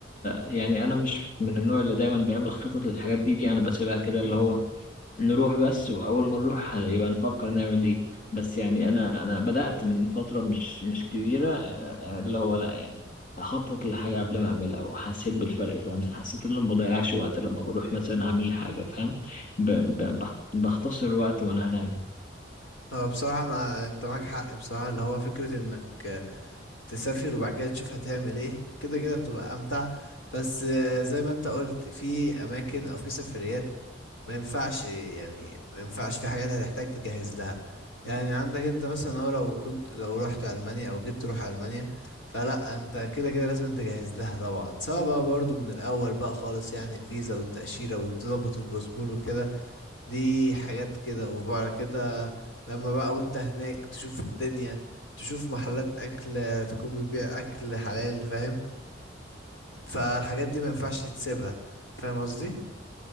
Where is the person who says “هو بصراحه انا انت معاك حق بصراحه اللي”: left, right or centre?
Left